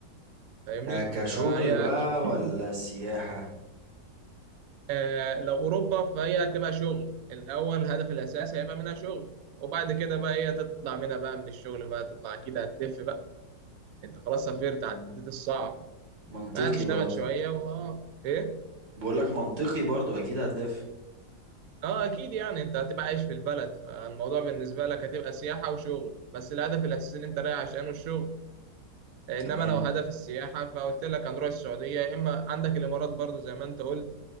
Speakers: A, on the right (about 65°); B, on the right (about 80°).
A: فاهمني
B: آه، كشغل
A: فهي
B: بقى
A: <clears throat>
B: ولا سياحة
A: آه، لو اوروبا فهي هتبقى شغل الاول الهدف الاساسي هيبقى منها شغل وبعد كده بقى هي تطلع منها بقى من الشغل بقى تطلع اكيد هتلف بقى انت خلاص سافرت
B: مم.
A: عديت الصعب
B: منطقي
A: بقى تشتغل
B: برضو
A: شويه و... آه، ايه
B: بقولك منطقي برضو اكيد هتلف
A: اه اكيد يعني انت هتبقى عايش في البلد فالموضوع بالنسبه لك هتبقى سياحه وشغل بس الهدف الاساسي اللي انت رايح عشانه الشغل انما
B: تمام
A: لو هدف السياحه فقلت لك هنروح السعوديه يا اما عندك الامارات برضو زي ما انت قلت